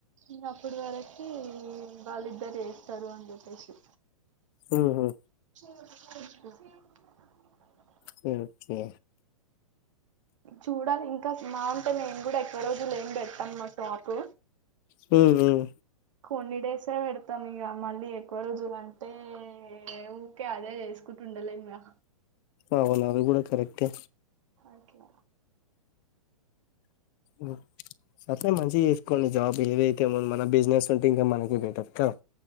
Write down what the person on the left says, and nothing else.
హుహు.
కె ఒకే
హమ్ హమ్
అవును అది గుడా కరెక్టే
మ్ వస్తే మంచిగా చేస్కొండి జాబ్ ఏదైతే ఉంది మన బిజినెస్ ఉంటే ఇంక మనకె బెటర్ కదా